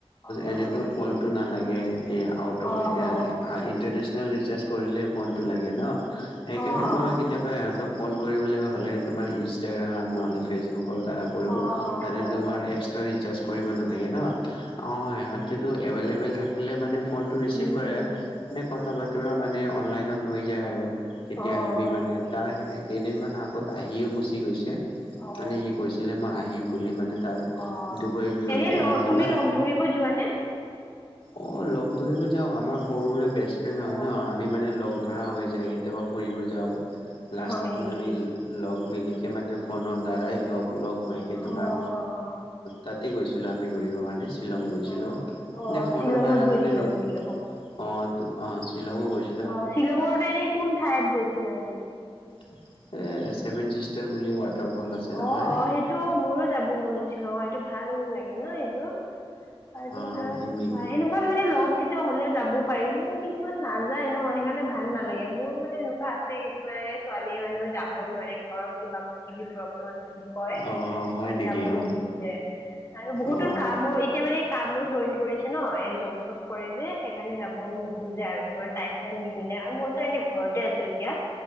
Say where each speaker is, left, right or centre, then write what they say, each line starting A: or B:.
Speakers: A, on the left (about 30°); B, on the left (about 60°).
A: অ
B: এনেতো
A: হয় নেকি
B: ফোনতটো নালাগে এ আউট অফ
A: অ অ
B: <unintelligible> ইটাৰনেচনেল ৰিচাৰ্জ কৰিলে ফোনটো লাগে ন' সেইকাৰণে
A: অ অ
B: মই কেতিয়াবা ইহঁতক ফোন কৰিবলৈ হ'লে তোমাৰ ইনষ্টাগ্ৰাম নহ'লে ফেচবুকৰ দ্বাৰা কৰিব,
A: অ অ
B: তাতে
A: হয়
B: তোমাৰ এক্স ট্ৰা ৰিচাৰ্জ কৰিব নালাগে ন' অ' সিহঁতেতো এভেইলেবল থাকিলে মানে ফোনটো ৰিচিভ
A: উম
B: কৰে
A: উম উম
B: এনে কথা বতৰা মানে অনলাইনত হৈ যায় আৰু। কেতিয়া
A: অ
B: আহিবি
A: হয়
B: মানে
A: নেকি
B: তাৰ কেইদিনমান আগত আহিও গুচি গৈছে
A: অ
B: মানে সি কৈছিলে মই আহিম বুলি মানে তাৰ
A: অ
B: ডুবাইক যোৱাটো
A: এনে লগ
B: হ'লা
A: তুমি লগ ধৰিব যোৱা নে?
B: অ' লগ ধৰিব যাও আমাৰ সৰুৰে বেষ্ট ফ্ৰে হয়
A: অ
B: ন' আমি মানে লগ ধৰা হৈ যায় কেতিয়াবা ফুৰিব যাওঁ লাষ্ট
A: হয়
B: টাইম
A: নেকি
B: আমি লগ মিলিকে মানে ফোনৰ দ্বাৰাই লগ লগ হৈকে তোমাৰ
A: অ অ
B: তাতে গৈছিলোঁ আমি ঘূৰিবৰ কাৰণে শ্বিলং গৈছিলোঁ
A: অ', অ',
B: নে ফোনৰ
A: শ্বিলঙত
B: দ্বাৰা
A: গৈছিলা
B: মানে অ',
A: নেকি
B: অ', শ্বিলঙ গৈছোঁ।
A: অ' শ্বিলঙৰ এনে কোন ঠাইত গৈছিলা এনে?
B: এ ছেভেন চিষ্টাৰ বুলি ৱাটাৰফল আছে। নহয়
A: অ', অ', সেইটো মোৰো যাব মন নাছিল অ' এইটো ভাল লাগে ন এইটো। আৰু
B: অ
A: তোমাৰ
B: ইমিং
A: এনেকুৱা মানে লগ কেইটায়া হলে যাব পাৰি কি কিছুমান নাযায় ন সেইকাৰণে ভাল নালাগে মোৰ মানে এনেকুৱা আছে কিছুমানে ছোৱালী মানুহ যাব বৈ নোৱাৰে ঘৰৰ কিবা কিবি প্ৰব আছে বুলি কয়,
B: অ হয় নেকি
A: যাবই
B: অ
A: নোখোজে আৰু বহুতো
B: অ
A: কামৰ এতিয়া মানে কামো জইন কৰিছে ন' এই জব চব কৰে যে সেইকাৰণে যাব নোখোজে আৰু তোমাৰ টাইম চাইম নিমিলে আৰু মইতো এনে ঘৰতে আছোঁ এতিয়া।